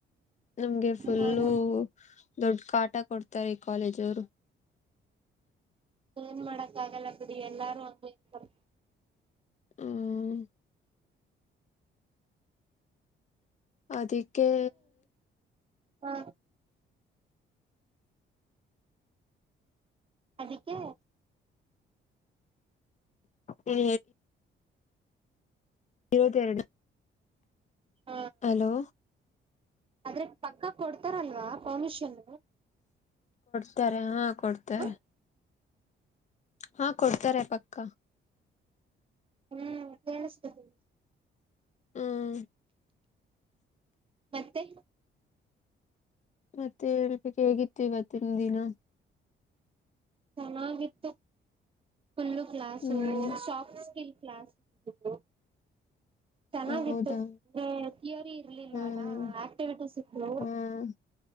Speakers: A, on the left (about 35°); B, on the right (about 25°).
A: ನಮ್ಗೆ ಫುಲ್ಲು
B: ಹೌದಾ
A: ದೊಡ್ಡ ಕಾಟ ಕೊಡ್ತಾರೆ ಈ ಕಾಲೇಜ ಅವರು
B: ಏನ್ ಮಾಡಕಾಗಲ್ಲ ಬೀಡಿ ಎಲ್ಲಾರು ಅಂಗೆ ಇರತ್ತಾರೆ
A: ಹ್ಮ್ ಅದಿಕ್ಕೆ
B: ಹಾ ಅದ್ದಿಕ್ಕೆ
A: ಹ್ಮ ಇವತ್ತೆರಡು
B: ಹ
A: ಹಲೋ
B: ಆದ್ರೆ ಪಕ್ಕ ಕೊಡ್ತಾರಲ್ವಾ ಪರ್ಮಿಷನ್
A: ಕೊಡ್ತಾರೆ ಹಾ ಕೊಡ್ತಾರೆ
B: ಹ್ಮ್
A: ಹಾ ಕೊಡ್ತಾರೆ ಪಕ್ಕ
B: ಹ್ಮ್ ಕೇಳಿಸ್ತಿದೆ
A: ಹ್ಮ್
B: ಮತ್ತೆ
A: ಮತ್ತೆ ಹೇಳಬೇಕ್ ಹೇಗಿತ್ತು ಇವತ್ತಿನ ದಿನ
B: ಚೆನ್ನಾಗಿತ್ತು ಫುಲ್ಲು ಕ್ಲಾಸು
A: ಹ್ಮ್
B: ಸಾಫ್ಟ್ ಸ್ಕಿಲ್ ಕ್ಲಾಸ ಇಟ್ಟಿದ್ರು ಚೆನ್ನಾಗಿತ್ತು
A: ಹೌದಾ
B: ಥಿಯೋರಿ ಇರ್ಲಿಲ್ಲ
A: ಹ್ಮ್
B: ಅಲ್ಲ ಆಕ್ಟಿವಿಟೀಸ್ ಇತ್ತು
A: ಹ್ಮ್